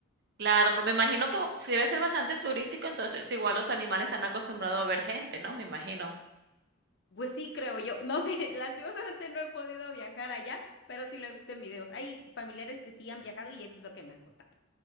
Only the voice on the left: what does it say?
Pues sí, creo yo. No sé, <laughs> lastimosamente no he podido viajar allá, pero sí lo he visto en videos. Hay familiares que sí han viajado y eso es lo que me han contado.